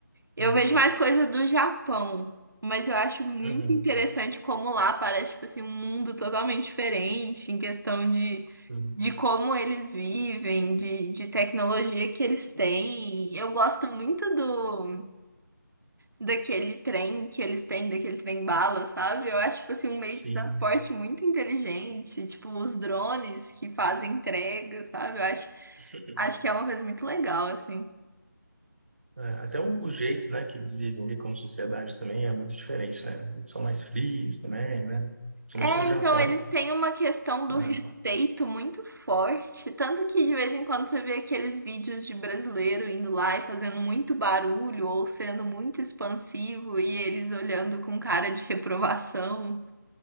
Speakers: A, on the right; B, on the right.
A: Eu
B: sim.
A: vejo mais coisa do Japão, mas eu acho muito
B: Uhum,
A: interessante como lá parece, tipo assim, um mundo totalmente diferente em questão de,
B: sim.
A: de como eles vivem, de, de tecnologia que eles têm. Eu gosto muito do daquele trem que eles têm, daquele trem bala, sabe? Eu acho, tipo assim, um meio
B: Sim.
A: de transporte muito inteligente, tipo os drones que fazem entrega, sabe? Eu acho,
B: <laughs>
A: acho que é uma coisa muito legal, assim.
B: É, até o, o jeito, né, que eles vivem ali como sociedade também é muito diferente, né? Eles são mais frios também, né? Principalmente
A: É,
B: no Japão.
A: então eles têm uma questão do
B: né?
A: respeito muito forte, tanto que de vez em quando você vê aqueles vídeos de brasileiro indo lá e fazendo muito barulho ou sendo muito expansivo e eles olhando com cara de reprovação.